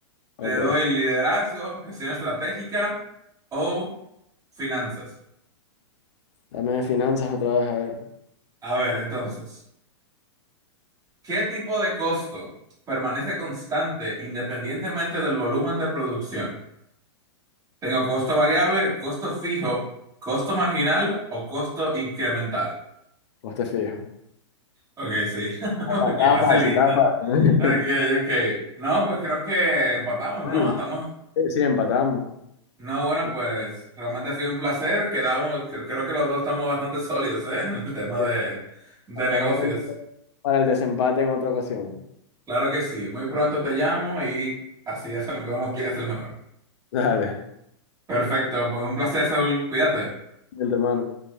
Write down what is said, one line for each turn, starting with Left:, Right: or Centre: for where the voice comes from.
Right: Te
Left: Ok.
Right: doy liderazgo, gestión estratégica o finanzas.
Left: Dame de finanzas otra vez, a ver.
Right: A ver, entonces, ¿qué tipo de costo permanece constante independientemente del volumen de producción? ¿Tengo costo variable, costo fijo, costo marginal o costo incremental?
Left: Pues te fijo.
Right: Ok, sí. <laughs>
Left: Ah,
Right: Ok,
Left: Estaba
Right: facilita.
Left: fácil, estaba fácil.
Right: Ok,
Left: <laughs>
Right: ok. No, pues creo que empatamos,
Left: Bueno,
Right: ¿no? Estamos.
Left: sí, sí, empatamos.
Right: No, bueno,
Left: Sí,
Right: pues realmente ha sido un placer. Quedamos, cre- creo que los dos estamos bastante sólidos, ¿eh? <laughs> En el tema
Left: sí.
Right: de, de
Left: Estamos
Right: negocios.
Left: pendientes para el desempate en otra ocasión.
Right: Claro que sí. Muy pronto te llamo y así <laughs> hacemos- vemos quién es el mejor.
Left: Dale,
Right: Perfecto, pues un placer, Saúl. Cuídate.
Left: mi hermano.